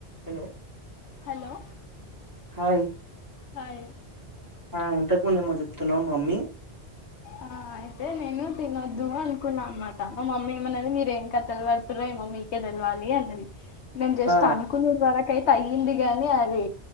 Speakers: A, on the right; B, on the left.
A: Hello
B: hello
A: hi
B: hi
A: ఆ ఇంతకుముందేమొ చెప్తున్నావ్ మమ్మీ
B: ఆ అయితే నేను తినొద్దు అనుకున్నా అనమాట మా మమ్మీ ఏమన్నది మీర ఏం కథలు వడుతుారో ఏమొ మీ మీకే తెల్వలి అన్నది నేను జస్ట్
A: ఆ
B: అనుకునుడు వరకైతే అయ్యింది గాని అది